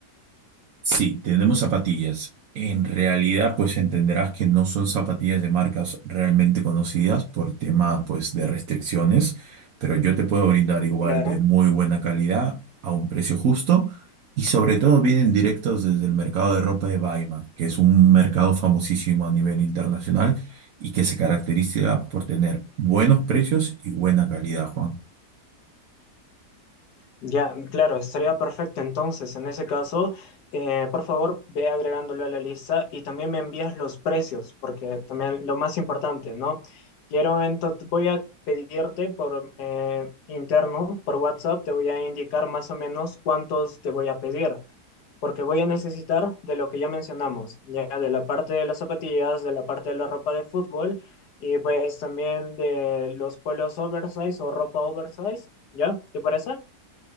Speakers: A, on the right; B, on the left.
A: Sí, tenemos zapatillas. En realidad, pues entenderás que no son zapatillas de marcas realmente conocidas por tema, pues, de restricciones, pero yo te puedo brindar igual
B: Claro.
A: de muy buena calidad a un precio justo y sobre todo vienen directos desde el mercado de ropa de Baima, que es un mercado famosísimo a nivel internacional y que se caracteriza por tener buenos precios y buena calidad, Juan.
B: Ya, claro, estaría perfecto. Entonces, en ese caso, eh, por favor, ve agregándolo a la lista y también me envías los precios, porque también lo más importante, ¿no? Quiero, entonces, voy a pedirte por eh, interno, por WhatsApp, te voy a indicar más o menos cuántos te voy a pedir, porque voy a necesitar de lo que ya mencionamos, ya de la parte de las zapatillas, de la parte de la ropa de fútbol y pues también de los polos oversize o ropa oversize, ¿ya? ¿Te parece?